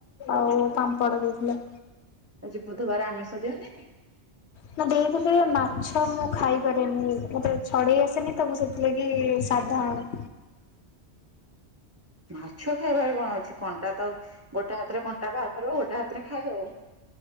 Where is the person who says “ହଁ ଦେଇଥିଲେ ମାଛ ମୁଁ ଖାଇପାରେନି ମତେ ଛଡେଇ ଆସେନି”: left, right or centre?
Left